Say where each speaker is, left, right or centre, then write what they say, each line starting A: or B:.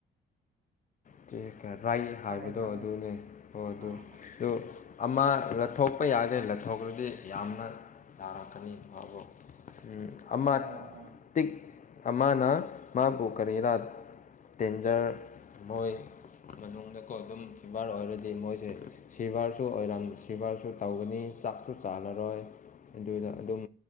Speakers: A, on the left; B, on the right.
A: ꯆꯦ ꯔꯥꯏ ꯍꯥꯏꯕꯗꯣ
B: ꯈꯪꯉꯦ ꯈꯪꯉꯦ
A: ꯑꯗꯨꯅꯦ ꯑꯣ ꯑꯗꯨ
B: ꯑꯥ ꯑꯥ
A: ꯑꯗꯨ ꯑꯃ ꯂꯊꯣꯛꯄ ꯌꯥꯗ꯭ꯔꯦ ꯂꯥꯠꯊꯣꯛꯂꯗꯤ ꯌꯥꯝꯅ ꯇꯥꯔꯛꯀꯅꯤ ꯐꯕꯣ ꯑꯃ
B: ꯑꯣ ꯑꯣ
A: ꯇꯤꯛ ꯑꯃꯅ ꯃꯥꯕꯨ ꯀꯔꯤꯔꯥ ꯇꯦꯟꯖꯔ ꯃꯣꯏ ꯃꯅꯨꯡꯗꯀꯣ ꯑꯗꯨꯝ ꯐꯤꯚꯔ ꯑꯣꯏꯔꯗꯤ ꯃꯣꯏꯁꯦ ꯁꯤꯚꯔꯁꯨꯔꯝ ꯁꯤꯚꯔꯁꯨ ꯇꯧꯒꯅꯤ ꯆꯥꯛꯁꯨ ꯆꯥꯜꯂꯔꯣꯏ ꯑꯗꯨꯗ ꯑꯗꯨꯝ